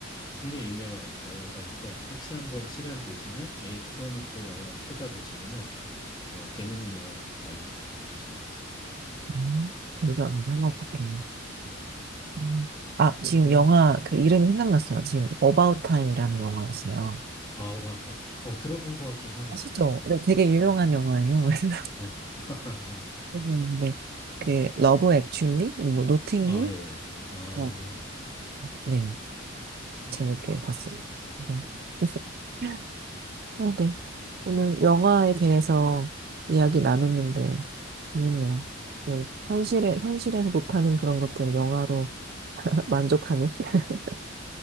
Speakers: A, on the left (about 20°); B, on the right (about 50°).
A: 굉장히 유명한 영화사니까 혹시 한번 시간 되시면 A24 영화 찾아보시면은 어, 재밌는 영화 많이 보실 수 있으실 거예요.
B: 음, 감사합니다. 한번 볼게요.
A: 음, 예,
B: 음. 아,
A: 오,
B: 지금 영화, 그 이름이 생각났어요. 지금 About Time이라는 영화였어요.
A: 아, 맞다. 어, 들어본 것 같긴 하네요,
B: 아시죠?
A: a
B: 네, 되게 유명한 영화예요. <laughs>
A: <laughs>
B: 근데 그 러브 액츄얼리, 뭐 노팅힐,
A: 아, 예. 예. 아,
B: 뭐 네,
A: 아,
B: 재밌게
A: 그렇구나.
B: 봤어요. 네.
A: 아,
B: <laughs> 아, 네. 오늘 영화에 대해서 이야기 나눴는데 재밌네요. 네, 현실에 현실에서 못하는 그런 것들을 영화로 <laughs> 만족하는. <laughs>